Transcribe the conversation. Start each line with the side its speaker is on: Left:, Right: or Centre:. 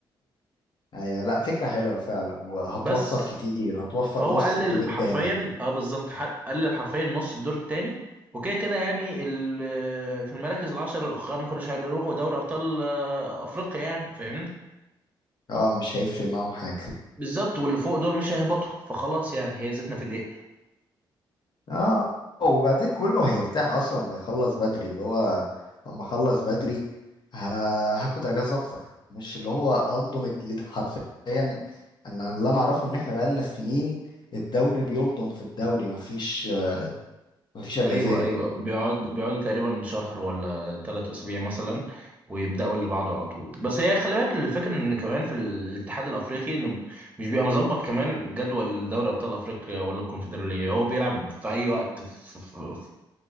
Left: ايوه لا فكرة حلوة فعلا وهتوفر
Right: بس
Left: كتير هتوفر
Right: فهو
Left: نص
Right: قلل
Left: الدور التاني
Right: حرفيا اه بالظبط ح- قلل حرفيا نص الدور التاني وكده كده يعني ال- في المراكز العشر الاخرى ما كانوش هيروحوا دوري ابطال آه، افريقيا يعني فاهمني
Left: اه مش هيفرق معاهم حاجة
Right: بالظبط واللي فوق دول مش هيهبطوا فخلاص يعني هي زيتنا في دقيقنا
Left: اه وبعدين كله هيرتاح اصلا لما يخلص بدري اللي هو لما اخلص بدري ه- هاخد اجازه اكتر مش اللي هو الضم الد- حرفيا انا اللي انا اعرفه ان احنا بقالنا سنين الدوري بيلضم في الدوري مفيش مفيش اجازات
Right: ايوه ايوه بيقعد بيقعدوا تقريبا شهر ولا ثلاث اسابيع مثلا ويبداوا اللي بعده على طول بس هي خلي بالك الفكره ان كمان في الاتحاد الافريقي انه مش بيبقى مظبط كمان جدول دوري ابطال افريقيا ولا الكونفدراليه هو بيلعب في اي وقت في, في, في,